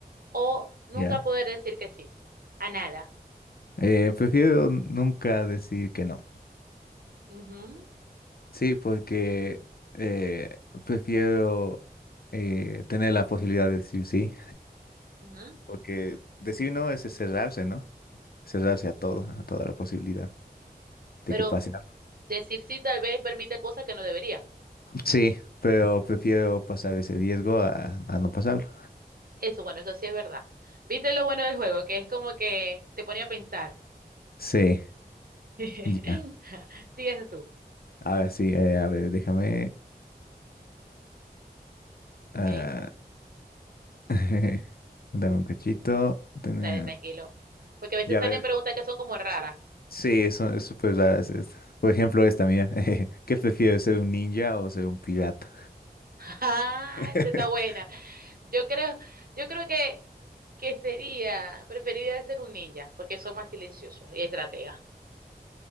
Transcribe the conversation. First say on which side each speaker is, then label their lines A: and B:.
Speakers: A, on the right; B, on the left.
A: o nunca
B: Ya.
A: poder decir que sí a nada.
B: Eh, prefiero nunca decir que no.
A: Ujú,
B: Sí, porque eh, prefiero eh, tener la posibilidad de decir sí.
A: ujú.
B: Porque decir no es cerrarse, ¿no? Cerrarse a todo, a toda la posibilidad
A: Pero
B: de que pase algo.
A: decir sí tal vez permite cosas que no debería.
B: Sí, pero prefiero pasar ese riesgo a, a no pasarlo.
A: Eso, bueno, eso sí es verdad. ¿Viste lo bueno del juego? Que es como que te ponía a pensar.
B: Sí,
A: <laughs>
B: ya.
A: Sí, es tú.
B: A ver, sí, eh, a ver, déjame. ah,
A: Ok,
B: <laughs> Dame un cachito. tener-
A: dale, tranquilo. Porque a veces
B: Ya
A: salen
B: ver.
A: preguntas que son como raras.
B: Sí, eso es súper raras. Por ejemplo, esta mía. <laughs> ¿Qué prefieres, ser un ninja o ser un pirata?
A: Ah,
B: <laughs>
A: esa está buena. Yo creo, yo creo que, que sería, preferiría ser un ninja, porque son más silenciosos y estrategas.